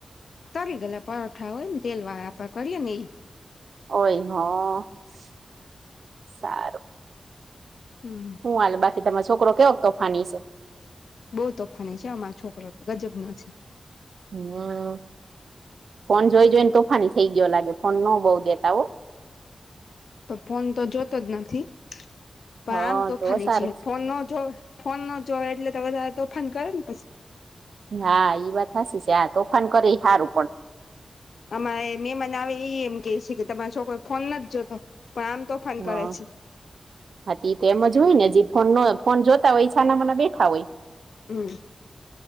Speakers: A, on the left; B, on the right.
A: તરીંગલ, પરોઠા હોય ને તેલ વાળા આપણે કરીએ ને ઈ.
B: ઓય, હ, સારું.
A: હમ
B: હું હાલે, બાકી તમારો છોકરો કેવોક તોફાની છે?
A: બવ તોફાની છે, અમારો છોકરો તો! ગજબનો છે.
B: હમ, ફોન જોઈ જોઈને તોફાની થઇ ગયો લાગે, ફોન ન બઉ દેતા હો.
A: તો, ફોન તો, જોતો જ નથી. પણ
B: હ
A: આમ તોફાની
B: તો સારું
A: છે. ફોન ન જોવે ફોન ન જોવે એટલે તો વધારે તોફાન કરે ને પછી.
B: હા, ઈ વાત હાસી છે. આ તોફાન કરે ઈ હારું પણ.
A: અમારે મેમાન આવે, ઈ એ એમ કે છે કે, તમારા છોકરો ફોન નથી જોતો? પણ આમ તોફાન-
B: હા,
A: કરે છે
B: હાતી ઈ તો એમ જ હોય ને જી- ફોન ન હોય, ફોન જોતા હોય ઈ છાનામાંના બેઠા હોય.
A: હમ